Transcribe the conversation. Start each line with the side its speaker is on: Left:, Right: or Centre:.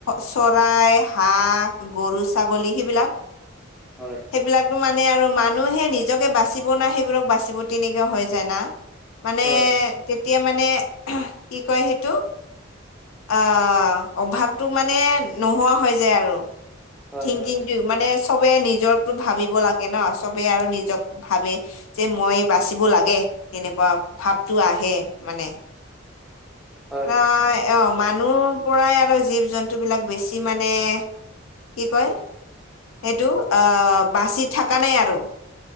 Left: চৰাই, হাঁহ, গৰু, ছাগলী, সেইবিলাক।
Centre: হয়।
Left: সেইবিলাকটো, মানে, আৰু মানুহে নিজকে বাচিব না, সেইবোৰক বাচিব, তেনেকুৱা হৈ যায় না। মানে,
Centre: হয়
Left: তেতিয়া মানে কি কয় সেইটো? অ, অভাৱটো মানে নোহোৱা হৈ যায় আৰু।
Centre: হয়
Left: থিংকিংটো,
Centre: হয়
Left: মানে চবে নিজকটো ভাবিব লাগে ন, চবে আৰু নিজক ভাবে। যে, মই বাচিব লাগে, তেনেকুৱা ভাবতো আহে মানে।
Centre: হয়
Left: <inaudible> অ, মানুহ পৰাই আৰু জীৱ-জন্তু বিলাক বেছি মানে, কি কয়? সেইটো আহ, বাচি থকা নাই আৰু।